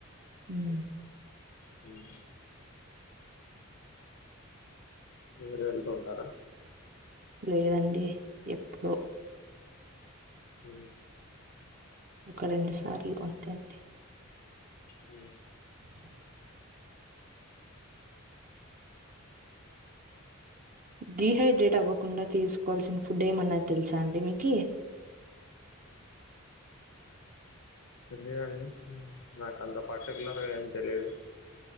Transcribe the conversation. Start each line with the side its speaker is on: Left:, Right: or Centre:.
Right: ఉ
Left: అ <unintelligible> మీర వెళ్తూ ఉంటారా
Right: లేదండి ఎప్పుడు
Left: హ
Right: ఒక రెండు సార్లు అంతే అండి
Left: హూ
Right: <inaudible> డీహైడ్రేట్ అవ్వకుండా తీసుకోవాల్సిన ఫుడ్ ఏమన్నా తెలుసా అండి మీకీ <inaudible>
Left: లే అండి నాకు అంత పర్టికులర్గా ఏం తెలియదు